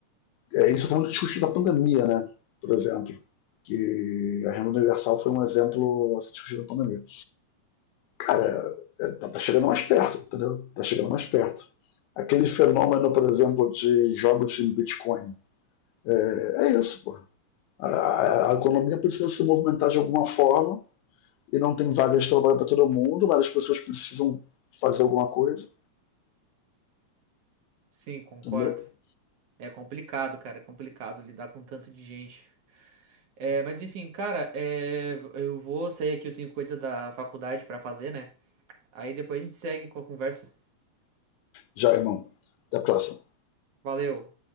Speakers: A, on the left; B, on the right.
A: É isso foi um discutido da pandemia, né? Por exemplo, que a renda universal foi um exemplo a ser discutido na pandemia. cara, é, tá tá chegando mais perto, entendeu? Tá chegando mais perto. Aquele fenômeno, por exemplo, de jogos em Bitcoin, é, é isso, pô. A, a, economia precisa se movimentar de alguma forma e não tem vagas de trabalho para todo mundo, mas as pessoas precisam fazer alguma coisa,
B: Sim, concordo.
A: entendeu?
B: É complicado, cara, é complicado lidar com tanto de gente. É, mas enfim, cara, é, v- eu vou sair aqui, eu tenho coisa da faculdade pra fazer, né? Aí depois a gente segue com a conversa.
A: Já, irmão. Até a próxima.
B: Valeu.